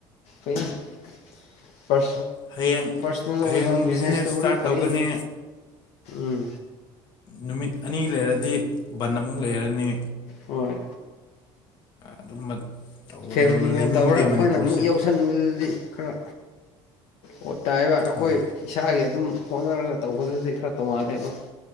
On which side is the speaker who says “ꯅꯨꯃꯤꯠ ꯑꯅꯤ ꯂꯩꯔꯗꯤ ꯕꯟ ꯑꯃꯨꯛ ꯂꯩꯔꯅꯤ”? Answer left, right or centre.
Left